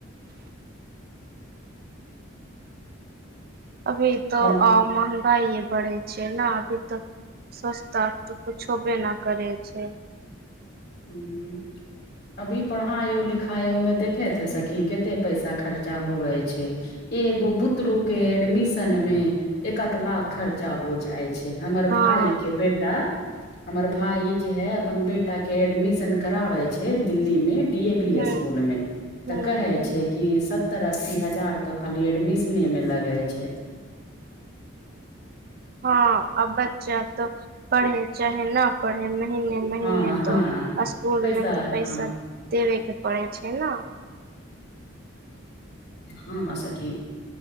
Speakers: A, on the right; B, on the left.
A: अभी तऽ
B: हल
A: अ महगाइए बढ़े छै ने अभी तऽ सस्ता तोऽ कुछोबे न करै छै
B: हूँ अभी पढ़ायो लिखायो मे देखे छैे सखी कते पैसा खर्चा होवे छै एगो
A: हँ
B: बुतरू के एडमिशन में एकक लाख खर्चा हो जाय छै हमर
A: हूँ
B: भायी के बेटा हमर भायी जे है अपन बे के एडमिशन करावे छै दिल्ली मे डी ए
A: हूँ
B: वी स्कूल मे तऽ
A: हूँ
B: कहे छै कि सत्तर अस्सी हजार तऽ खाली एडमिशने मे लगै छै
A: हँ आ बच्चा तऽ पढ़ै चाहै न पढ़े महने महने
B: हँ हँ
A: तो स्कूल
B: पैसा
A: मे तऽ पैसा
B: हँ
A: दे वेके पड़े छै न
B: हँ सखी